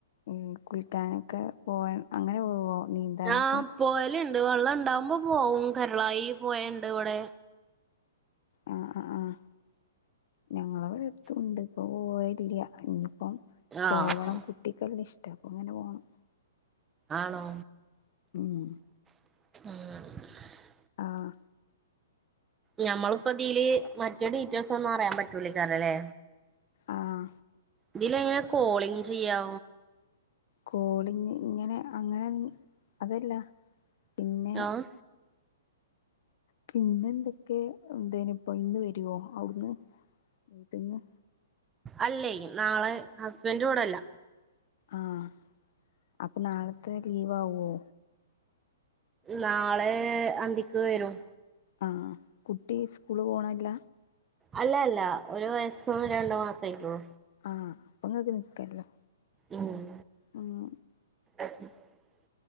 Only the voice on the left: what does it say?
ഈ കുളിക്കാനൊക്കെ പോവാൻ അങ്ങനെ പോവോ നീന്താനൊക്കെ
ആഹ് ആഹ് ആഹ് ഞങ്ങളവിടെ അടുത്തുണ്ട് ഇപ്പൊ പോവലില്ല ഇനിയിപ്പം പോവണം
കുട്ടിക്കാലം ഇഷ് ട്ട അപ്പൊ അങ്ങനെ പോകണം
മ്മ്
ആഹ
ആഹ
കോളിങ് ഇങ്ങനെ അങ്ങനെ അതല്ല പിന്നെ
പിന്നെ എന്തൊക്കെ എന്തേനിപ്പൊ ഇന്ന് വരുവോ അവുട്ന്ന് വീട്ടിന്ന്
ആഹ അപ്പൊ നാളത്തെ ലീവ് ആവുവോ
ആഹ കുട്ടി സ്കൂളിൽ പോണെല്ല
ആഹ് അപ്പൊ നിങ്ങൾക്ക് നിക്കാല്ലോ
മ്മ്